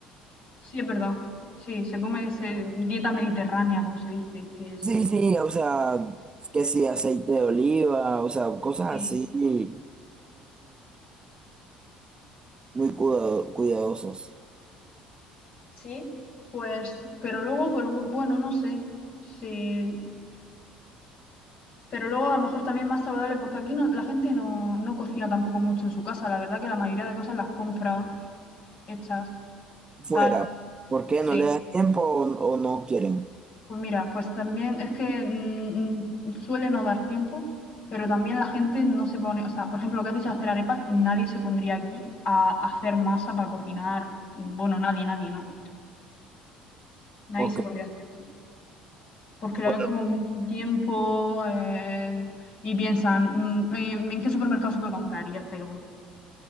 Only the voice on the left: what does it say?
sí, es verdad. Sí, se come se- dieta mediterránea, como se dice, que es.
Sí.
Sí, pues, pero luego, pero bueno, no sé. Sí. Pero luego a lo mejor también más saludable, porque aquí no- la gente no, no cocina tampoco mucho en su casa. La verdad que la mayoría de cosas las compra hechas,
tal.
Sí.
Pues mira, pues también es que mm, mm, suele no dar tiempo, pero también la gente no se pone, o sea, por ejemplo, lo que has dicho de hacer arepas, nadie se pondría aquí a hacer masa para cocinar. Bueno, nadie, nadie, no. Nadie
se pondría a hacer eso. Porque lo
ven como mucho tiempo eh, y piensan, mm, eh, ¿en qué supermercado se puede comprar? Y ya está, y lo compro.